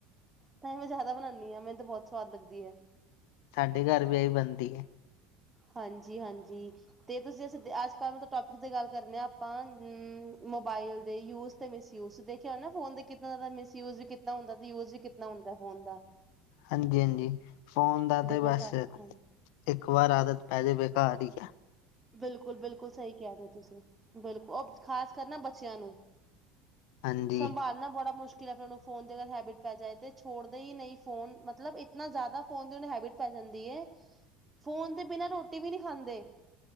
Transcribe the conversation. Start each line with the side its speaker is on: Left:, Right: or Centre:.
Right: ਤਾਂ ਮੈਂ ਜਿਆਦਾ ਬਣਾਨਦੀ ਆ ਮੈਨੂੰ ਤਾਂ ਬਹੁਤ ਸਵਾਦ ਲੱਗਦੀ ਆ
Left: ਸਾਡੇ ਘਰ ਵਿ, ਇਹੀ ਬਣਦੀ ਹੈ।
Right: ਹਾਂਜੀ-ਹਾਂਜੀ। ਤੇ ਤੁਸੀਂ ਅ ਅੱਜ -ਕੱਲ ਮਤਲਬ ਟੋਪਿਕ ਦੇ ਗੱਲ ਕਰਨੇ ਆ, ਆਪਾਂ ਹਮ ਮੋਬਾਇਲ ਦੇ ਯੂਜ ਤੇ ਮਿਸਯੂਜ, ਦੇਖਿਆ ਹੇ ਨਾ, ਫੋਨ ਤੇ ਕਿਤਨਾ ਜਾਅਦਾ ਮਿਸਯੂਜ ਵਿ ਕਿਤਨਾ ਹੁੰਦਾ ਏ, ਤੇ ਯੂਜ ਵੀ ਕਿਤਨਾ ਹੁੰਦਾ, ਫੋਨ ਦਾ।
Left: ਹਾਂਜੀ-ਹਾਂਜੀ ਫੋਨ ਦਾ
Right: ਦੇਖੋ
Left: ਤੇ ਬਸ,
Right: ਸਾਨੂੰ ਹਾਂਜੀ
Left: ਇੱਕ ਵਾਰ ਆਦਤ ਪੈ ਜਾਏ ਤੇ ਬੇਕਾਰ ਹੀ ਹੈ।
Right: ਬਿਲਕੁਲ -ਬਿਲਕੁਲ ਸਹੀ ਕਹਿਆ ਜੇ ਤੁਸੀਂ, ਬਿਲਕੁਲ ੳ ਖ਼ਾਸ ਕਰ ਨਾ ਬੱਚਿਆਂ ਨੂੰ
Left: ਹਾਂਜੀ
Right: ਸੰਭਾਲਣਾ ਬੜਾ ਮੁਸ਼ਕਿਲ ਕਿ, ਫਿਰ ਉਹਨੂੰ ਫੋਨ ਅਗਰ ਹੈਬਿਟ ਪੈ ਜਾਏ, ਤੇ ਛੋੜਦੇ ਹੀ ਨਹੀਂ ਫੋਨ, ਮਤਲਬ ਇੰਤਨਾ ਜ਼ਿਆਦਾ ਫੋਨ ਉਹਨੇ ਹੈਬਿਟ ਪੈ ਜਾਂਦੀ ਹੈ ਫੋਨ ਦੇ ਬਿਨਾਂ ਰੋਟੀ ਵੀ ਨਹੀ' ਖਾਂਦੇ।